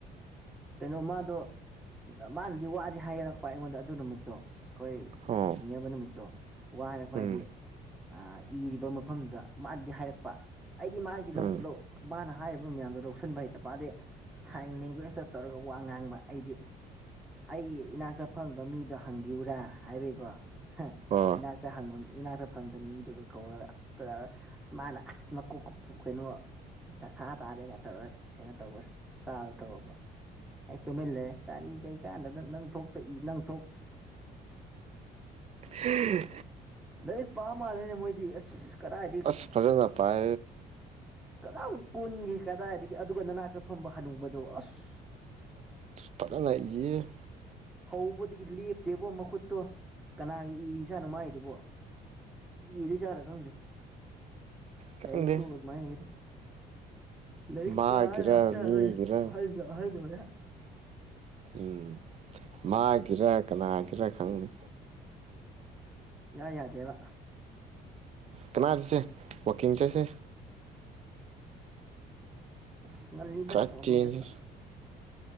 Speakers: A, in the centre; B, on the right (about 40°).
A: ꯀꯩꯅꯣ ꯃꯥꯗꯣ ꯃꯥꯅꯗꯤ ꯋꯥꯗꯤ ꯍꯥꯏꯔꯛꯄ ꯑꯩꯉꯣꯟꯗ ꯑꯗꯨ ꯅꯨꯃꯤꯠꯇꯣ ꯑꯩꯈꯣꯏ
B: ꯑꯣ
A: ꯊꯤꯡꯅꯕ ꯅꯨꯃꯤꯠꯇꯣ ꯋꯥ ꯍꯥꯏꯔꯛꯄ ꯍꯥꯏꯗꯤ
B: ꯎꯝ
A: ꯏꯔꯤꯕ ꯃꯐꯝꯗꯨꯗ ꯃꯥꯅꯗꯤ ꯍꯥꯏꯔꯛꯄ ꯑꯩꯗꯤ ꯃꯥꯒꯤ
B: ꯎꯝ
A: ꯃꯥꯅ ꯍꯥꯏꯔꯤꯕ ꯃꯌꯥꯝ ꯂꯧꯁꯤꯟꯕ ꯍꯩꯇꯕ ꯄꯗꯗꯤ ꯁꯥꯏꯟ ꯂꯦꯡꯒ꯭ꯋꯦꯖꯇ ꯇꯧꯔꯒ ꯋꯥ ꯉꯥꯡꯕ ꯑꯩꯗꯤ ꯑꯩꯒꯤ ꯏꯅꯥꯛꯇ ꯐꯝꯕ ꯃꯤꯗꯣ ꯍꯪꯕꯤꯌꯨꯨꯔꯥ ꯍꯥꯏꯕꯒꯤꯀꯣ
B: ꯑꯣ
A: ꯏꯅꯥꯛꯇ ꯍꯪꯕ ꯏꯅꯥꯛꯇ ꯐꯝꯕ ꯃꯤꯗꯨꯒ ꯀꯧꯔꯒ ꯑꯁꯇ ꯆꯃꯥꯟ ꯀ ꯀꯩꯅꯣ ꯗꯁꯥ ꯇꯥꯔꯦꯒ ꯇꯧꯔꯒ ꯀꯩꯅꯣ ꯇꯧꯕ ꯇꯥꯗ ꯇꯧꯔꯛꯄ ꯑꯩ ꯇꯨꯝꯃꯤꯜꯂꯦ ꯀꯔꯤ ꯀꯩꯀꯥꯟꯗꯗ ꯅꯪ ꯊꯣꯛꯇ ꯅꯪ ꯊꯣꯛ
B: ꯍꯝ
A: ꯂꯥꯏꯔꯤꯛ ꯄꯥꯝ ꯃꯥꯜꯂꯦꯅꯦ ꯃꯣꯏꯗꯤ ꯑꯁ ꯀꯗꯥꯏꯗꯤ
B: ꯑꯁ ꯐꯖꯅ ꯄꯑ
A: ꯀꯗꯥ ꯀꯣꯟꯈꯤ ꯀꯗꯥꯏꯗꯒꯤ ꯑꯗꯨꯒ ꯅꯅꯥꯛꯇ ꯐꯝꯕ ꯍꯅꯨꯕꯗꯣ ꯑꯁ
B: ꯐꯔꯉ ꯑꯩ
A: ꯍꯧꯕꯗꯒꯤ ꯂꯦꯞꯇꯦꯕꯣ ꯃꯈꯨꯠꯇꯣ ꯀꯅꯥꯒꯤ ꯏꯔꯤꯖꯥꯠꯅꯣ ꯃꯥꯏꯗꯨꯕꯣ ꯏꯗꯤ ꯆꯂ ꯀꯪꯗ
B: ꯈꯪꯗꯦ
A: ꯗꯥꯏꯔ ꯇꯨ ꯃꯥꯔ ꯂꯛ
B: ꯃꯥꯒꯤꯔ
A: ꯄ ꯂꯥꯛꯇꯥ
B: ꯃꯤꯒꯤꯔ
A: ꯑꯔ
B: ꯎꯝ ꯃꯥꯒꯤꯔ ꯀꯅꯥꯒꯤꯔꯥ ꯈꯪꯅꯦ
A: ꯌꯥ ꯌꯥ ꯗꯦ ꯋꯥ
B: ꯀꯅꯥꯗꯁꯦ ꯋꯥꯀꯤꯡ ꯆꯁꯦ
A: ꯑꯁ ꯉꯜꯂꯤꯗ
B: ꯈꯔ
A: ꯋꯥꯋꯥꯛꯀꯤꯡ
B: ꯆꯦꯟꯁꯤ
A: ꯆꯠꯄ